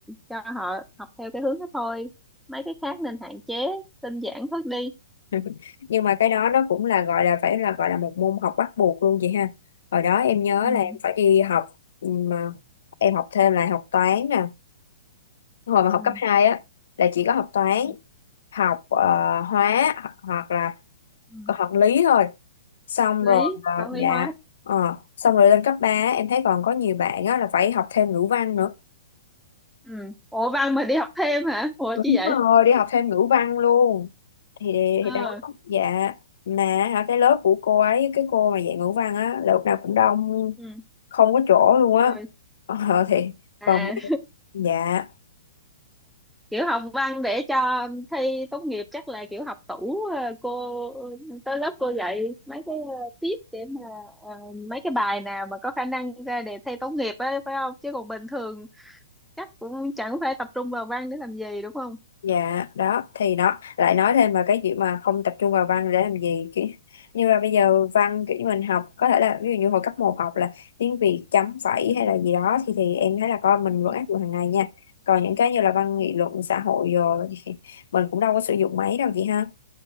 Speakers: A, in the centre; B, on the left.
A: cho họ học theo cái hướng đó thôi. Mấy cái khác nên hạn chế, tinh giản bớt đi.
B: <laughs> nhưng mà cái đó nó cũng là gọi là phải là gọi là một môn học bắt buộc luôn vậy ha hồi đó em nhớ
A: Ừ.
B: là em phải đi học mà em học thêm lại học toán nè hồi mà học
A: ừ
B: cấp 2 á là chỉ có học toán
A: Ừ.
B: học ờ, hóa
A: ừ,
B: ho- hoặc là
A: ừ.
B: học lý thôi xong rồi
A: Lý,
B: ờ,
A: toán lý
B: dạ
A: hóa.
B: ờ, xong rồi lên cấp ba em thấy còn có nhiều bạn á là phải học thêm ngữ văn nữa
A: ừ Ủa văn mà đi học thêm hả? Ủa
B: Đúng
A: chi vậy?
B: rồi, đi học thêm ngữ văn luôn. Thì
A: Ờ.
B: thì đó, dạ. Mà hả, cái lớp của cô ấy, cái cô mà dạy ngữ văn á, lớp nào cũng đông,
A: Ừ.
B: không có chỗ luôn á.
A: Rồi.
B: Ờ, thì
A: À
B: còn dạ
A: kiểu học văn để cho thi tốt nghiệp chắc là kiểu học tủ ờ, cô tới lớp cô dạy mấy cái ờ, tips để mà ờ, mấy cái bài nào mà có khả năng ra đề thi tốt nghiệp á phải không chứ còn bình thường chắc cũng chẳng phải tập trung vào văn để làm gì đúng không
B: Dạ đó thì nó lại nói thêm mà cái chuyện mà không tập trung vào văn để làm gì kiểu như là bây giờ văn kiểu như mình học có thể là ví dụ như hồi cấp một học là tiếng Việt chấm phẩy
A: Ừ.
B: hay là gì đó thì thì em thấy là con mình vẫn
A: ừ.
B: áp dụng hàng ngày nha còn những cái như là văn nghị luận xã hội rồi thì mình cũng đâu có sử dụng máy đâu chị ha